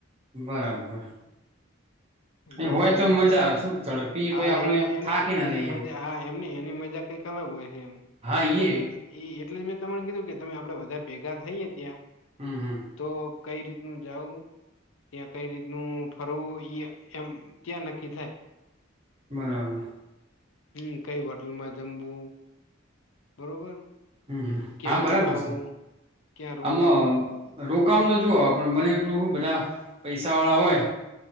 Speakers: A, on the right; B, on the left.
A: બરાબર.
B: એલે
A: એ હોય
B: જે એની
A: તો
B: મજા.
A: આવે શું ઝડપી
B: હા
A: પછી આપણે
B: એની એની
A: થાકી ના
B: એની
A: રહીએ
B: મજા, હા એમની એની મજા કંઈક અલગ હોય છે એમ
A: હા
B: એટલે,
A: એ
B: એટલે મે તમને કીધું કે તમે આપડે બધા ભેગા થઈએ ત્યાં
A: હમ, હમ.
B: તો કઈ રીતનું જઉું, ત્યાં કઈ રીતનું ફરવું ઈ એમ ત્યાં નક્કી થાય.
A: બરાબર.
B: હમ કઈ હોટલમાં જમવું, બરોબર
A: હમ હમ
B: ક્યાં
A: હા બરાબર
B: રોકાવું,
A: છે
B: ક્યાં
A: આમાં
B: રોકાવું.
A: રોકામ તો જુઓ આપ બને એટલું બધા પૈસા વાળા હોય